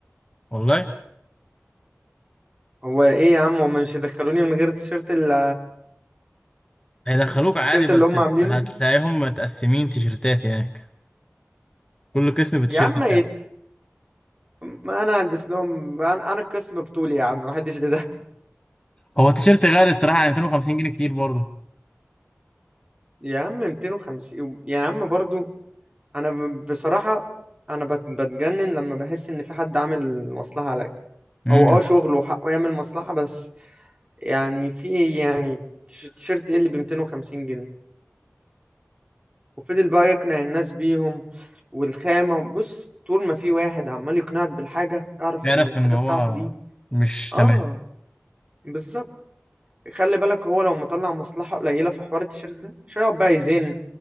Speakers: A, on the left (about 20°); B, on the right (about 25°).
A: والله
B: هو ايه يا عم هم مش يدخلوني من غير التيشيرت اللي
A: هيدخلوك
B: التيشيرت
A: عادي بس
B: اللي هم عاملينه
A: هتلاقيهم متقسمين تيشرتات هناك كل قسم بالتيشيرت
B: يا عم
A: بتاعه
B: ايه ما انا هلبس لهم انا أنا القسم بطولي يا عم محدش ده
A: هو التيشيرت غالي الصراحة يعني 250 جنيه كتير برضه
B: يا عم 250 يا عم برضو انا ب- بصراحة انا بت- بتجنن لما بحس ان في حد عامل مصلحة عليا
A: امم
B: هو اه شغله وحقه يعمل مصلحة بس يعني في يعني تيش- تيشيرت ايه اللي ب 250 جنيه وفضل بقى يقنع الناس بيهم والخامة بص طول ما في واحد عمال يقنعك بالحاجة اعرف
A: تعرف
B: ان الحاجة
A: ان هو
B: بتاعته دي
A: مش
B: اه
A: تمام
B: بالظبط خلي بالك هو لو مطلع مصلحة قليلة في حوار التيشيرت ده مش هيقعد بقى يزن